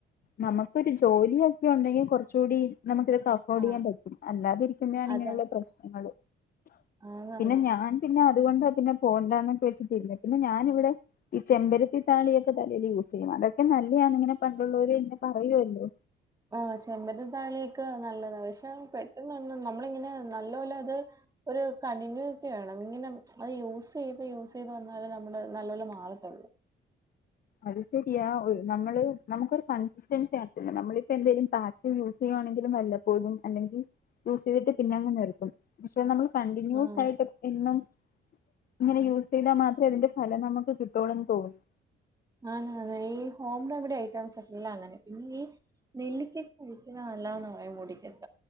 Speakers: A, on the left; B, on the right.
A: നമുക്കൊരു ജോലിയൊക്കിയ ഉണ്ടെങ്കിൽ കുറച്ചുകൂടി നമുക്ക ഇതൊക്കെ-
B: ആഹ്
A: ചെയ്യാൻ പറ്റും അല്ലാതിെരിക്കുമ്പോഴാണ് ഇങ്ങനെയുള്ള
B: അതാ
A: പ്രശ്നങ്ങള്ൾ
B: ആന്നാന്ന്
A: പിന്നെ ഞാൻ- പിന്നെ അതുകൊണ്ട് പിന്നെ- പോണ്ടന്നൊക്കെ വെച്ചിട്ടി പിന്നെ- ഞാനിവിടെ. ഈ ചെമ്പരത്തി താളിയൊക്കെ തലൽ യൂസ് ചെയ്യും അതൊക്കെ നല്ലതാന്ന് ഇങ്ങനെ പണ്ടുള്ളവര് എന്നന്നെ പറയുമല്ലോ.
B: ആഹ ചെമ്പര താളിയൊക്കെ- നല്ലതാണ് പക്ഷെ, പെട്ടെന്ന്ന്ന നമ്മളിങ്ങനെ നല്ല പോലെ അത്- ഒരു കണ്ടിന്യൂറ്റി വേണം. ഇങ്ങനെ അത് യൂസ് ചെയ്ത്, യൂസ് ചെയ്ത് വന്നാലേ നമ്മുടെ നല്ലപല്ല- മാറത്തുള്ളൂ.
A: അത് ശരിയാ നമ്മള് നമുക്കൊരു കൺസിസ്റ്റൻസി നടത്തില്ല. നമ്മളിപ്പോ എന്തായും- യൂസ് ചെയ്യുവാണെങ്കിലും, വല്ലപ്പോതും അല്ലെങ്കിൽ യൂസ്- ചെയ്തിട്ട് പിന്നെ അങ്ങനെ. എടുക്കും പക്ഷെ നമ്മള് കണ്ടിന്യൂസ്
B: ആഹ്.
A: ആയിട്ട്. എന്നും ഇങ്ങനെ യൂസ് ചെയ്താൽ, മാത്രമേ അതിന്റെ ഫലം നമുക്ക്, കിട്ടയുള്ളൂന്ന് തോന്നുന്നു.
B: ആന ഈ ഹോം റെമിഡി ഐറ്റംസ് ഒക്കെല്ല അങ്ങനെ, പിന്നെ ഈ- നെല്ലിക്ക കഴിക്കുന്ന നല്ലാന്ന് പറയും മുടിക്കട്ട.